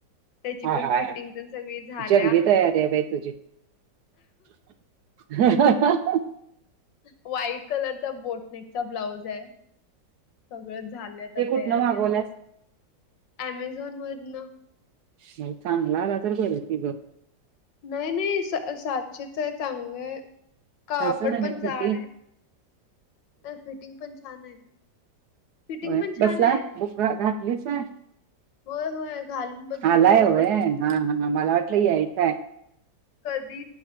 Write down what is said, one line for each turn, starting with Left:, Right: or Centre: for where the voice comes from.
Left: त्याची
Right: हा
Left: पण
Right: हा
Left: फिटिंग पण सगळी झाल्या.
Right: जंगी तयार आहे बाई तुझी <inaudible>
Left: व्हाईट कलरचा बोटनेकचा ब्लाऊज आहे सगळ झालं आता
Right: ते कुठनं
Left: तयारी
Right: मागवल्यास?
Left: आ अमेझॉन वर ना
Right: नाही चांगला आला तर ब ति गं
Left: नाही नाही साशच आहे चांग आहे कापड
Right: तसं नव्हे
Left: पण
Right: फिटिंग
Left: जाड आहे तर फिटिंग पण छान आहे फिटिंग
Right: होय
Left: पण छान
Right: बसला
Left: आहे.
Right: बुक घातलीच आहे
Left: होय होय घालून बघितलं
Right: आलायवय
Left: फिटिंग
Right: हा हा मला वाटलं काय
Left: कधी